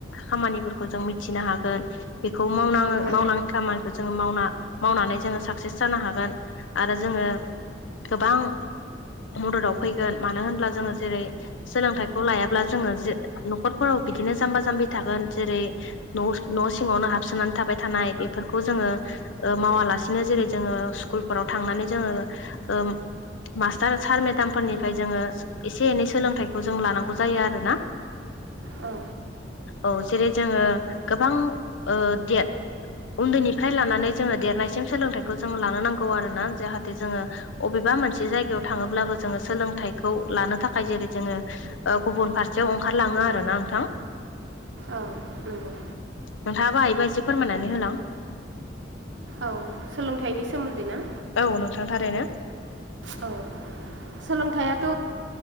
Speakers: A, on the left; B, on the right.
A: खामानिफोरखौ जों मिथिनो हागोन बेखौ मावङो
B: औ
A: मावनांगौ खामानिखौ जोङो मावना मावनानै जोंङो साक्सेस जानो हागोन आरो जोंङो गोबां मददाव फैगोन मानो होनब्ला जोंङो जेरै सोलोंथाइ खौ लायाब्ला जोंङो न'खरफोराव बिदिनो जाम्बा जाम्बि थागोन जेरै न' सिङावनो हो हाबसोनानै थाबाय थानाय बेफोरखौ जोंङो मावालासिनो जेरै जोंङो स्कुलफोराव थांनानै जोंङो मास्टार सार मेदामफोरनिफ्राय जोङो एसे एनै सोलोंथाइखौ जों लानांगौ जायो आरोना
B: औ
A: औ जेरै जोङो गोबां दे उन्दैनिफ्राय लानानै जोङो देरनायसिम सोलोंथाइखौ जोङो लानो नांगौ आरो ना जाहाथे जोङो अबेबा माबा मोनसे जायगायाव थाङोब्लाबो जोङो सोलोंथाइखौ लानो थाखाय जेरै जोङो गुबुन फारसेयाव ओंखारलाङो आरो ना नोंथां
B: औ नंगौ
A: नोंथाङा बाहायबा एसे फोरमायनानै होलां
B: औ सोलोंथाइनि सोमोन्दै ना
A: औ नोंथांथारैनो
B: औ सोलोंथाइयाथ